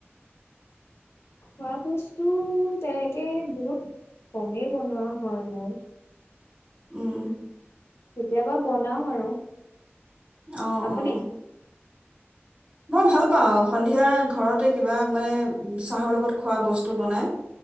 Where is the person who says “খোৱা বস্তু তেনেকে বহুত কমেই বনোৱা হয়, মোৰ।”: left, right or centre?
Left